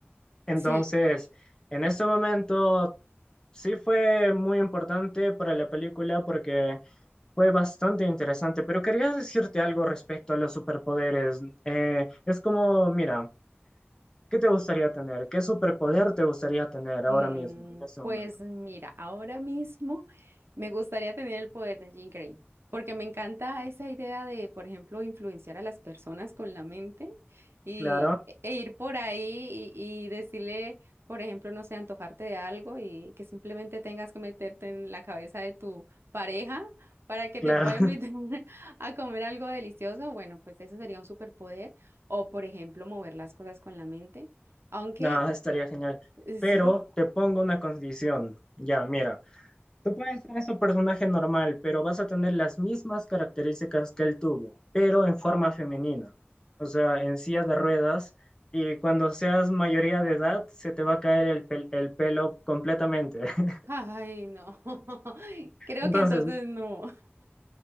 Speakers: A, on the left (about 20°); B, on the right (about 70°).
A: Entonces,
B: Sí.
A: en este momento sí fue muy importante para la película porque... Fue bastante interesante, pero quería decirte algo respecto a los superpoderes. Eh, es como, mira, ¿qué te gustaría tener? ¿Qué superpoder te gustaría tener ahora
B: Mm,
A: mismo, en este momento?
B: pues mira, ahora mismo me gustaría tener el poder de Jean Grey, porque me encanta esa idea de, por ejemplo, influenciar a las personas con la mente y,
A: Claro,
B: e e ir por ahí y, y decirle, por ejemplo, no sé, antojarte de algo y que simplemente tengas que meterte en la cabeza de tu pareja para que
A: claro.
B: te pueda invitar
A: <laughs>
B: <laughs> a comer algo delicioso. Bueno, pues ese sería un superpoder. O, por ejemplo, mover las cosas con la mente. Aunque,
A: No,
B: ta-
A: estaría genial.
B: <laughs>
A: Pero
B: sí.
A: te pongo una condición. Ya, mira, Tú puedes ser ese personaje normal, pero vas a tener las mismas características que él tuvo, pero en forma femenina, o sea, en silla de ruedas, y cuando seas mayoría de edad, se te va a caer el, pel- el pelo completamente. <laughs>
B: Ay, no. <laughs> Creo
A: Entonces,
B: que entonces no.